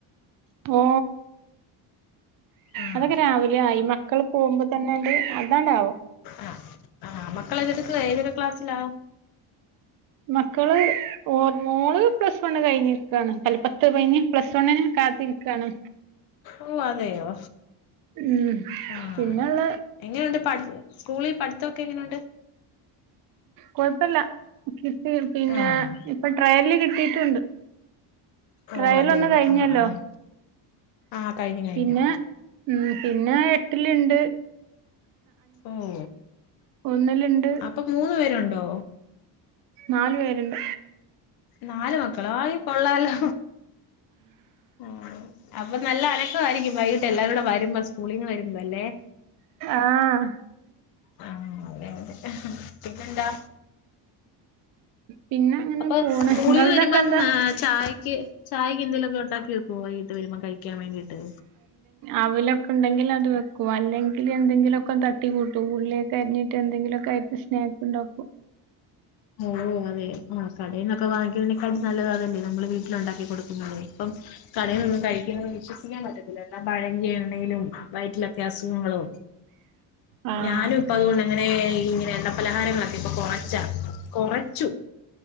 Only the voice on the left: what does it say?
ആഹ്
ആ ആ മക്കള് <unintelligible> ഏതൊരു ക്ലാസിലാ
ഓ അതെയോ.
ആ
എങ്ങനുണ്ട് പഠ് സ്‌കൂളി പഠിത്തൊക്കെ എങ്ങനുണ്ട്?
ആഹ്
ഓഹ് അതെയോ
ആഹ് ആഹ് ആഹ് കഴിഞ്ഞു കഴിഞ്ഞു
ഓ
അപ്പൊ മൂന്നു പേരുണ്ടോ?
നാലു മക്കളോ അയ് കൊള്ളാല്ലോ. ആ അപ്പൊ നല്ല അനക്കായിരിക്കും വൈകി ട്ടെല്ലാരും കൂടെ വരുമ്പോ സ് കൂളീന്ന് വരുമ്പോ അല്ലേ.
ആ <unintelligible> പിന്നെന്താ?
അപ്പ
സ്‌കൂളിന്നു
വരുമ്പം
മേ ചായക്ക് ചായയ്ക്ക് എന്തേലും ഒക്കെ ഉണ്ടാക്കി വയ്ക്കോ വൈകീട്ടു വരുമ്പോ കഴി ക്കാൻ വേണ്ടീട്ട്
മോള് മൂന്നണിആയി. ആ കടേന്നൊക്കെ വാങ്ങിക്കുന്നതിനെക്കാട്ടി നല്ലത് അതല്ലെ. നമ്മള് വീട്ടില് ഉണ്ടാക്കി കൊടുക്കുന്നത്. ഇപ്പം കടേന്ന് ഒന്നും കഴിക്ക്ന്നത് വിശ്വസിക്കാൻ പറ്റത്തില്ല. എല്ലാം പഴകിയ ണെങ്കിലും വയറ്റിലൊക്കെ അസുഖങ്ങളും
ഞാനും ഇപ്പൊ അതു കൊണ്ടു അങ്ങനെ ഇങ്ങനെ എണ്ണ പലഹാരങ്ങളൊക്കെ ഇപ്പൊ കൊറച്ച കൊറച്ചു.